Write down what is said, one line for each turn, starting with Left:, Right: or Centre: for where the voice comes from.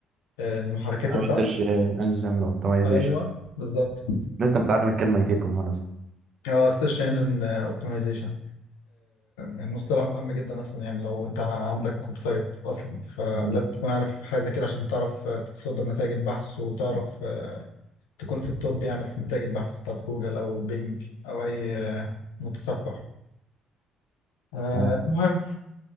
Left: محركات البحث
Right: السيرش انجن اوبتمايزيشن
Left: ايوه بالظبط
Right: لسه متعلم الكلمة جديد بالمناسبة
Left: اه السيرش انجن اوبتمايزيشن المصطلح مهم جدا اصلا يعني لو انت عندك ويب سايت اصلا فلازم
Right: مم.
Left: تكون عارف حاجه زي كده عشان تعرف آه، تتصدر نتائج البحث وتعرف آه، تكون في التوب يعني في نتائج البحث بتاعت جوجل او بينج او اي آه، متصفح آه،
Right: اه
Left: المهم